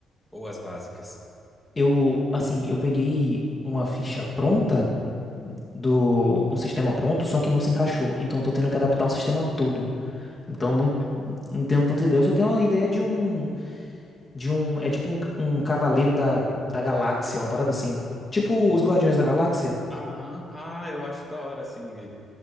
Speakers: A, in the centre; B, on the left (about 20°).
A: ou as básicas?
B: Eu, assim, eu peguei uma ficha pronta. do um sistema pronto, só que não se encaixou. Então eu tô tendo que adaptar o sistema todo. Então eu não
A: É.
B: não tenho tanta ideia, eu só tenho uma ideia de um de um é tipo um, um cavaleiro da da galáxia, uma parada assim. Tipo os Guardiões da Galáxia?
A: Aham. Ah, eu acho da hora, assim. E